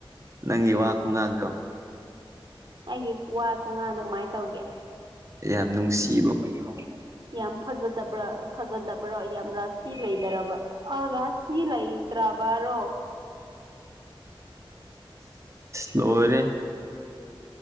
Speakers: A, on the right; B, on the right.
A: ꯅꯪꯒꯤ ꯋꯥ ꯀꯨꯉꯥꯡꯗꯣ
B: ꯑꯩꯒꯤ ꯋꯥ ꯈꯣꯡꯒꯥꯡꯗꯣ ꯀꯃꯥꯏ ꯇꯧꯒꯦ
A: ꯌꯥꯝ ꯅꯨꯡꯁꯤꯕ ꯃꯌꯨꯝ
B: ꯌꯥꯝ ꯐꯖꯗꯕ꯭ꯔꯥ ꯐꯖꯗꯕ꯭ꯔꯥ ꯌꯥꯝ ꯔꯥꯁꯤꯁꯤ ꯂꯩꯗꯔꯕ ꯑꯥ ꯔꯥꯁꯤꯁꯤ ꯂꯩ ꯇ꯭ꯔꯥ ꯕꯥꯔꯣ
A: <unintelligible> ꯂꯣꯢꯔꯦ